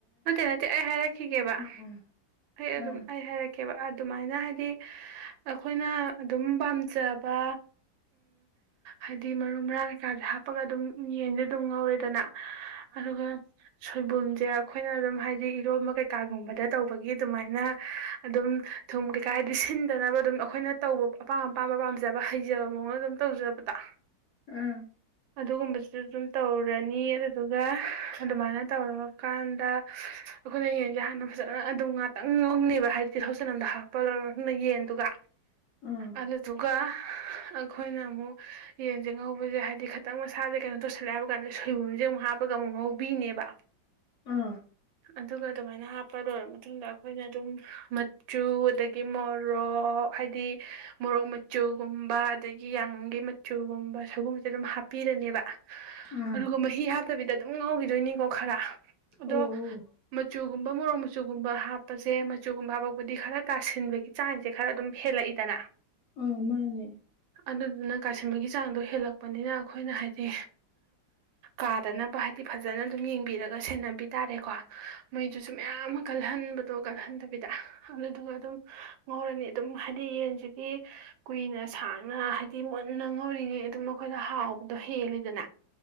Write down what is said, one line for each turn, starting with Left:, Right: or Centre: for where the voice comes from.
Right: ꯅꯠꯇꯦ ꯅꯠꯇꯦ ꯑꯩ ꯍꯥꯏꯔꯛꯈꯤꯒꯦꯕ
Left: ꯑꯥ
Right: ꯑꯩ ꯑꯗꯨꯝ
Left: ꯑꯥ
Right: ꯑꯩ ꯍꯥꯏꯔꯛ ꯀꯦꯕ ꯑꯗꯨꯃꯥꯏꯅ ꯍꯥꯏꯗꯤ ꯑꯩꯈꯣꯏꯅ ꯑꯗꯨꯝ ꯄꯥꯝꯖꯕ ꯍꯥꯏꯗꯤ ꯃꯔꯨ ꯃꯔꯥꯡ ꯀꯩꯀꯥꯥꯁ ꯍꯥꯞꯄꯒ ꯑꯗꯨꯝ ꯌꯦꯟꯗꯤ ꯑꯗꯨꯝ ꯉꯧꯔꯦꯗꯅ ꯑꯗꯨꯒ ꯁꯣꯏꯕꯨꯝꯁꯦ ꯑꯩꯈꯣꯏꯅ ꯑꯗꯨꯝ ꯍꯥꯏꯗꯤ ꯏꯔꯣꯟꯕ ꯀꯩꯀꯥꯒꯨꯝꯕꯗ ꯇꯧꯕꯒꯤ ꯑꯗꯨꯃꯥꯏꯅ ꯑꯗꯨꯝ ꯊꯨꯝ ꯀꯩꯀꯥꯏꯗꯤ ꯁꯤꯟꯗꯅꯕ ꯑꯗꯨꯝ ꯑꯩꯈꯣꯏꯅ ꯇꯧꯕ ꯑꯄꯥꯝ ꯑꯄꯥꯝꯕ ꯄꯥꯝꯖꯕ ꯍꯩꯖꯕ ꯃꯑꯣꯡꯗ ꯑꯗꯨꯝ ꯇꯧꯖꯕꯗꯣ
Left: ꯑꯥ
Right: ꯑꯗꯨꯒꯨꯝꯕꯁꯨ ꯑꯗꯨꯝ ꯇꯧꯔꯅꯤ ꯑꯗꯨꯗꯨꯒ ꯑꯗꯨꯃꯥꯏꯅ ꯇꯧꯔꯒ ꯀꯥꯟꯗ ꯑꯩꯈꯣꯏꯅ ꯌꯦꯟꯁꯦ ꯍꯥꯟꯅ ꯐꯖꯅ ꯑꯗꯨꯝ ꯉꯥꯛꯇꯪ ꯂꯨꯡꯉꯕ ꯍꯥꯏꯗꯤ ꯇꯤꯊꯧꯆꯟꯝꯗ ꯍꯥꯞꯄ ꯂꯣꯏꯔ ꯃꯇꯨꯡꯗ ꯌꯦꯟꯗꯨꯒ
Left: ꯑꯥ
Right: ꯑ ꯇꯨꯒ ꯑꯩꯈꯣꯏꯅ ꯑꯃꯨꯛ ꯌꯦꯟꯁꯦ ꯉꯧꯕꯁꯦ ꯍꯥꯏꯗꯤ ꯈꯤꯇꯪ ꯃꯁꯥꯁꯦ ꯀꯩꯅꯣ ꯇꯧꯁꯜꯂꯦ ꯍꯥꯏꯕ ꯀꯥꯟꯗ ꯁꯣꯏꯕꯨꯝꯁꯦ ꯑꯃꯨꯛ ꯍꯥꯞꯄꯒ ꯑꯃꯨꯛ ꯉꯧꯕꯤꯅꯦꯕ
Left: ꯑꯥ
Right: ꯑꯗꯨꯒ ꯑꯗꯨꯃꯥꯏꯅ ꯍꯥꯞꯄ ꯂꯣꯏꯔꯕ ꯃꯇꯨꯡꯗ ꯑꯩꯈꯣꯏꯅ ꯑꯗꯨꯝ ꯃꯆꯨ ꯑꯗꯒꯤ ꯃꯣꯔꯣꯛ ꯍꯥꯏꯗꯤ ꯃꯣꯔꯣꯛ ꯃꯆꯨꯒꯨꯝꯕ ꯑꯗꯒꯤ ꯌꯥꯉꯪꯒꯤ ꯃꯆꯨꯒꯨꯝꯕ ꯁꯒꯨꯝꯕꯁꯦ ꯑꯗꯨꯝ ꯍꯥꯞꯄꯤꯔꯅꯦꯕ
Left: ꯑꯥ
Right: ꯑꯗꯨꯒ ꯃꯍꯤ ꯍꯥꯞꯇꯕꯤꯗ ꯑꯗꯨꯝ ꯉꯧꯈꯤꯗꯣꯏꯅꯤꯀꯣ ꯈꯔ ꯑꯗꯣ
Left: ꯑꯣ
Right: ꯃꯆꯨꯒꯨꯝꯕ ꯃꯣꯔꯣꯛ ꯃꯆꯨꯒꯨꯝꯕ ꯍꯥꯞꯄꯁꯦ ꯃꯆꯨ ꯨꯝ ꯐꯥꯕꯣꯛꯕꯨꯗꯤ ꯈꯔ ꯀꯥꯁꯤꯟꯕꯒꯤ ꯆꯥꯡꯁꯦ ꯈꯔ ꯑꯗꯨꯝ ꯍꯦꯜꯂꯛꯏꯗꯅ
Left: ꯑ ꯃꯥꯅꯦ
Right: ꯑꯗꯨꯗꯨꯅ ꯀꯥꯁꯤꯟꯕꯒꯤ ꯆꯥꯡꯗꯣ ꯍꯦꯜꯂꯛꯄꯅꯤꯅ ꯑꯩꯈꯣꯏꯅ ꯍꯥꯏꯗꯤ ꯀꯥꯗꯅꯕ ꯍꯥꯏꯗꯤ ꯐꯖꯅ ꯑꯗꯨꯝ ꯌꯦꯡꯕꯤꯔꯒ ꯁꯦꯟꯅ ꯕꯤ ꯇꯥꯔꯦꯀꯣ ꯃꯩꯗꯨꯁꯨ ꯃꯌꯥꯝ ꯑꯃ ꯀꯜꯍꯟꯕꯗꯣ ꯀꯜꯍꯟꯗꯕꯤꯗ ꯑꯗꯨꯗꯨꯒ ꯑꯗꯨꯝ ꯉꯧꯔꯅꯤ ꯑꯗꯨꯝ ꯍꯥꯏꯗꯤ ꯌꯦꯟꯁꯤꯗꯤ ꯀꯨꯏꯅ ꯁꯥꯡꯅ ꯍꯥꯏꯗꯤ ꯃꯨꯟꯅ ꯉꯧꯔꯤꯉꯩ ꯑꯗꯨꯝ ꯃꯈꯣꯏꯗ ꯍꯥꯎꯕꯗꯣ ꯍꯦꯜꯂꯤꯗꯅ